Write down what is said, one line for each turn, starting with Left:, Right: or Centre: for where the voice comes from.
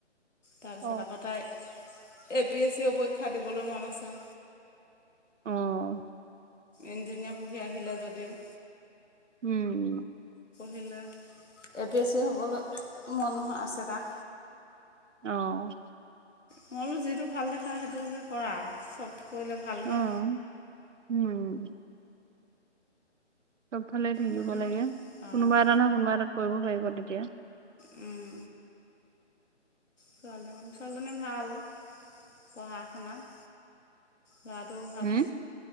Left: তাৰপিছত
Right: অ'।
Left: আকৌ তাই এ পি এছ চিও পৰীক্ষা দিবলৈ মন আছে
Right: অ'।
Left: ইঞ্জিনিয়াৰ পঢ়ি আহিলে যদিও।
Right: উম।
Left: দিলে এ পি এছ চি হ'বলৈ মন আছে তাৰ।
Right: অ'।
Left: মইবোলো যিটো ভাল দেখা সেইটোকে কৰা, চব কৰিলে ভালহে।
Right: অ', উম, চবফালে থাকিব
Left: তাকে
Right: লাগে,
Left: অঁ
Right: কোনোবা এটা নহয় কোনোবা এটাত কৰিব পাৰিব তেতিয়া।
Left: উম। ছোৱালীমানুহ ছোৱালীজনী ভাল পঢ়া শুনাত। ল'ৰাটোও ভাল,
Right: হুম,